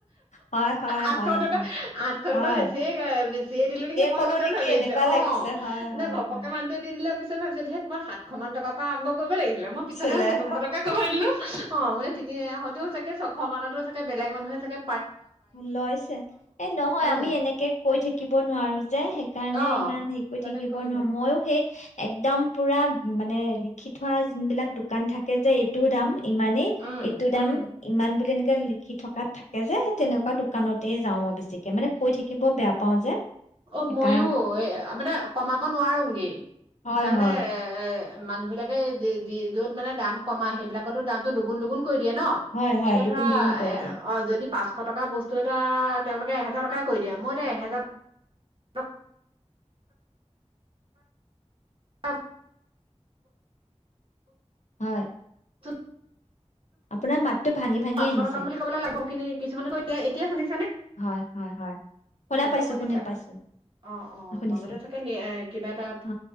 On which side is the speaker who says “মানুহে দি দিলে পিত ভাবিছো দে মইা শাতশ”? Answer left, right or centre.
Right